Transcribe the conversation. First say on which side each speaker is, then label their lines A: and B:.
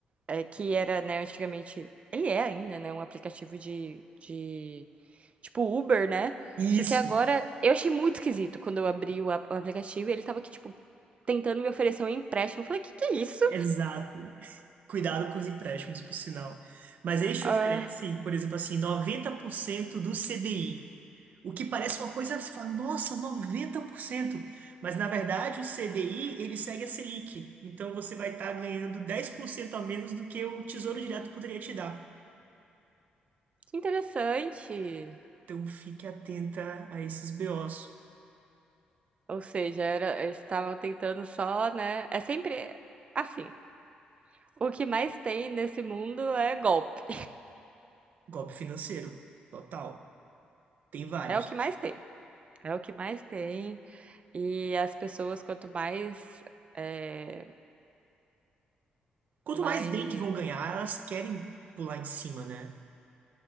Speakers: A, on the right; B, on the right.
A: é, que era, né, antigamente, ele é ainda, né, um aplicativo de, de, tipo Uber, né,
B: Isso,
A: só que agora, eu achei muito esquisito quando eu abri o, ap- o aplicativo e ele tava aqui, tipo, tentando me oferecer um empréstimo, eu falei, que que é isso?
B: exato. Cuidado com os empréstimos, por sinal. Mas eles te
A: Ah,
B: oferecem, por exemplo, assim, 90% do CDI. O que parece uma coisa, você fala, nossa, 90%. Mas na verdade o CDI, ele segue a Selic. Então você vai estar ganhando 10% a menos do que o Tesouro Direto poderia te dar.
A: que interessante.
B: Então fique atenta a esses BOs.
A: Ou seja, era, eles estavam tentando só, né? É sempre assim. O que mais tem nesse mundo é golpe.
B: Golpe financeiro, total. Tem vários.
A: É o que mais tem. É o que mais tem. E as pessoas, quanto mais, é,
B: Quanto
A: mais...
B: mais bem que vão ganhar, elas querem pular em cima, né?